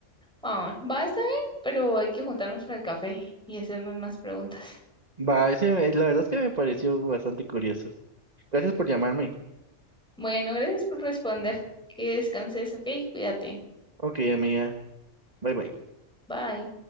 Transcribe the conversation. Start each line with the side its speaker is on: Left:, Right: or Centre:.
Centre: Ah, va, está bien, pero hay que juntarnos para el café y hacernos más preguntas.
Right: Va, ese, eh, la verdad es que me pareció bastante curioso. Gracias por llamarme.
Centre: Bueno, gracias por responder. Que descanses, ok, cuídate.
Right: Ok, amiga, bye bye.
Centre: Bye.